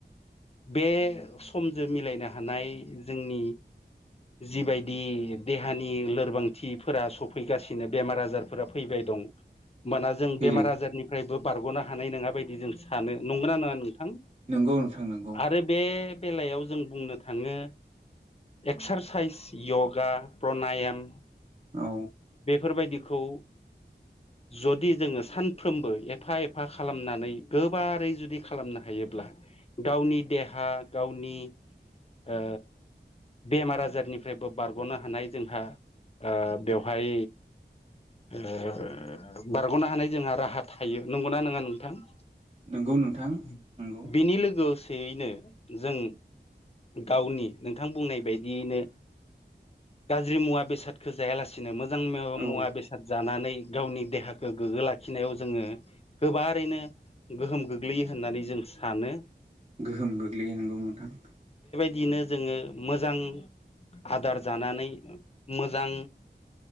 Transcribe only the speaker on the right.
फैदों
नंगौ नोंथां नंगौ
औ
नंगौ
नोंथां नंगौ
औ
गोहोम गोग्लैयो नोंगौ नोंथां।